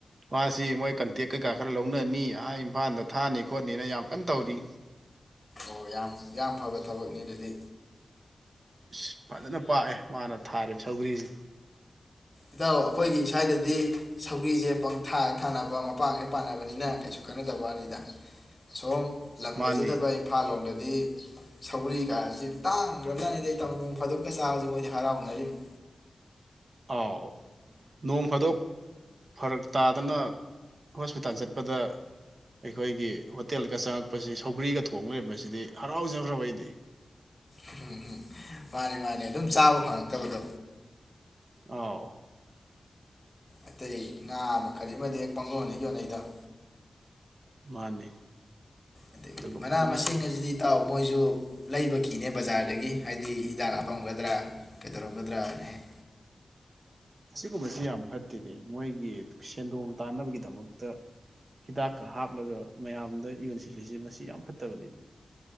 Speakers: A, on the right; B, on the left.
A: ꯃꯥꯁꯤ ꯃꯣꯏ ꯀꯟꯇꯦꯛ ꯀꯩꯀꯥ ꯈꯔ ꯂꯧꯅꯅꯤ ꯑ ꯏꯝꯐꯥꯜꯗ ꯊꯥꯅꯤ ꯈꯣꯠꯅꯤꯅ ꯌꯥꯝ ꯀꯟꯅ ꯇꯧꯔꯤ
B: ꯑꯣ ꯌꯥꯝ ꯌꯥꯝ ꯐꯕ ꯊꯕꯛꯅꯤ ꯑꯗꯨꯗꯤ
A: ꯁ ꯐꯖꯅ ꯄꯥꯛꯑꯦ ꯃꯥꯅ ꯊꯥꯔꯤꯕ ꯁꯧꯒꯔꯤꯁꯤ
B: ꯏꯇꯥꯎ ꯑꯩꯈꯣꯏꯒꯤ ꯁ꯭ꯋꯥꯏꯗꯗꯤ ꯁꯧꯒꯔꯤꯁꯦ ꯄꯪꯊꯥꯒ ꯊꯥꯅꯕ ꯃꯄꯥꯡꯒ ꯄꯥꯟꯅꯕꯅꯤꯅ ꯀꯩꯁꯨ ꯈꯟꯅꯗꯕꯅꯤꯗ ꯁꯣꯝ ꯂꯝ
A: ꯃꯥꯅꯤ
B: ꯂꯩꯖꯗꯕ ꯏꯝꯐꯥꯜ ꯂꯣꯝꯗ ꯑꯗꯤ ꯁꯧꯒ꯭ꯔꯤ ꯀꯥꯏꯁꯤ ꯇꯥꯡꯈ꯭ꯔꯕꯖꯥꯠꯅꯤꯗ ꯏꯇꯥꯎ ꯅꫭꯡ ꯐꯥꯗꯣꯛꯀ ꯆꯥꯕꯁꯤ ꯃꯣꯏꯗꯤ ꯍꯔꯥꯎꯅꯔꯤꯝꯅꯤ
A: ꯑꯥꯎ ꯅꯣꯡ ꯐꯥꯗꯣꯛ ꯐꯔꯛ ꯇꯥꯗꯅ ꯍꯣꯁꯄꯤꯇꯥꯜ ꯆꯠꯄꯗ ꯑꯩꯈꯣꯏꯒꯤ ꯍꯣꯇꯦꯜꯒ ꯆꯪꯉꯛꯄꯁꯤ ꯁꯧꯒ꯭ꯔꯤꯒ ꯊꯣꯡꯕ ꯂꯩꯔꯝꯕꯁꯤꯗꯤ ꯍꯔꯥꯎꯖꯈ꯭ꯔꯕ ꯑꯩꯗꯤ
B: ꯎꯝꯝ ꯃꯥꯅꯦ ꯃꯥꯅꯦ ꯑꯗꯨꯝ ꯆꯥꯕ ꯐꯪꯉꯛꯇꯕꯗꯣ
A: ꯑꯥꯎ
B: ꯑꯇꯩ ꯉꯥ ꯑꯃ ꯀꯔꯤ ꯑꯃꯗꯤ ꯍꯦꯛ ꯄꯥꯡꯌꫭꯟꯗ ꯌꯣꯟꯅꯩꯗ ꯏꯇꯥꯎ
A: ꯃꯥꯅꯤ
B: ꯑꯗꯩ
A: ꯑꯗꯨꯒꯨꯝꯕꯗꯨꯅ
B: ꯃꯅꯥ ꯃꯁꯤꯡ ꯑꯁꯤꯗꯤ ꯏꯇꯥꯎ ꯃꯣꯏꯁꯨ ꯂꯩꯕ ꯀꯤꯅꯦ ꯕꯖꯥꯔꯗꯒꯤ ꯍꯥꯏꯗꯤ ꯍꯤꯗꯥꯛ ꯍꯥꯞꯑꯝꯒꯗ꯭ꯔꯥ ꯀꯩꯗꯧꯔꯝꯒꯗ꯭ꯔꯥ ꯍꯦꯛ
A: ꯑꯁꯤꯒꯨꯝꯕꯁꯤ ꯌꯥꯝ ꯐꯠꯇꯦꯅꯦ ꯃꯣꯏꯒꯤ ꯁꯦꯟꯗꯣꯡ ꯇꯥꯟꯅꯕꯒꯤꯗꯃꯛꯇ ꯍꯤꯗꯥꯛꯀ ꯍꯥꯞꯂꯒ ꯃꯌꯥꯝꯗ ꯌꯣꯟꯁꯤꯜꯂꯤꯁ ꯃꯁꯤ ꯌꯥꯝ ꯐꯠꯇꯕꯅꯤ